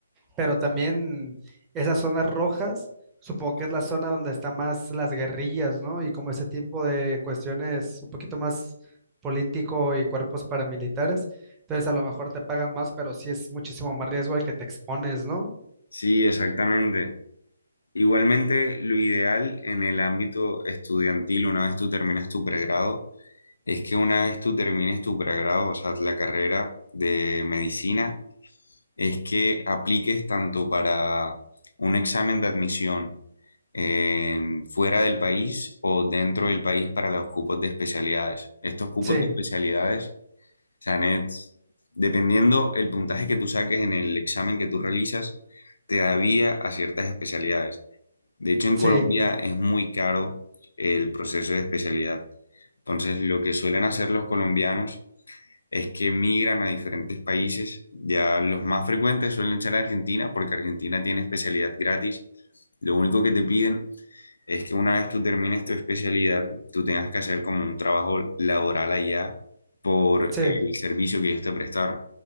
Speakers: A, on the right; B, on the left.
A: pero también esas zonas rojas, supongo que es la zona donde están más las guerrillas, ¿no? Y como ese tipo de cuestiones un poquito más político y cuerpos paramilitares, entonces a lo mejor te pagan más, pero sí es muchísimo más riesgo al que te expones, ¿no?
B: Sí, exactamente. Igualmente, lo ideal en el ámbito estudiantil, una vez tú terminas tu pregrado, es que una vez tú termines tu pregrado, o sea, la carrera de medicina, es que apliques tanto para un examen de admisión eh, fuera del país o dentro del país para los cupos de especialidades. Estos cupos
A: Sí,
B: de especialidades, o sea, net- dependiendo el puntaje que tú saques en el examen que tú realizas, te da vía a ciertas especialidades. De hecho, en
A: sí,
B: Colombia es muy caro el proceso de especialidad. Entonces, lo que suelen hacer los colombianos es que migran a diferentes países. Ya los más frecuentes suelen ser Argentina, porque Argentina tiene especialidad gratis. Lo único que te piden es que una vez tú termines tu especialidad, tú tengas que hacer como un trabajo laboral allá por
A: sí,
B: el servicio que ellos te prestaron.